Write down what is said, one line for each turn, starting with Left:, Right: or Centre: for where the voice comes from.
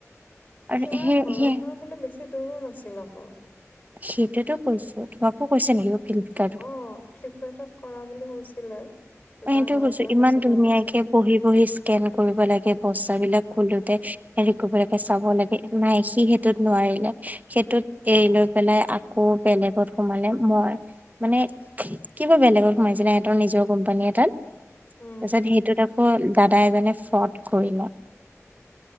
Right: আৰু
Left: সেয়াৰ
Right: সেই
Left: ঘৰৰ
Right: সেই
Left: পৰা বোলে বেছি দূৰো নাছিল আকৌ
Right: সেইটোতো কৈছো তোমাকো কৈছে নেকি ফ্লিপকাৰ্ট
Left: অ ফ্লিপকাৰ্টত কৰা বুলি কৈছিলে
Right: মই
Left: তাৰ
Right: সেইটোয়ে
Left: ঘৰৰ
Right: কৈছো
Left: পৰা
Right: ইমান
Left: বেছি
Right: ধুনীয়াকে
Left: দূৰ নাছিল।
Right: বহি বহি স্কেন কৰিব লাগে বস্তা বিলাক খুলোতে হেৰি কৰিব লাগে চাব লাগে নাই সি সেইটোত নোৱাৰিলে সেইটোত এৰি লৈ পেলাই আকৌ বেলেগত সোমালে মই মানে কিবা বেলেগত সোমাইছিলে সিহঁতৰ নিজৰ কোম্পানী এটাত
Left: উম,
Right: তাৰপিছত সেইটোত আকৌ দাদা এজনে ফ্ৰড কৰি লয়